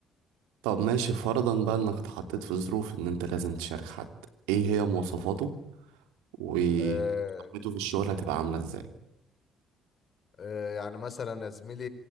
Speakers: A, on the right; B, on the left.
A: طب ماشي فرضا بقى انك اتحطيت في ظروف ان انت لازم تشارك حد ايه هي مواصفاته ومساهمته
B: آه،
A: في الشغل هتبقى عاملة ازاي
B: آه، يعني مثلا يا زميلي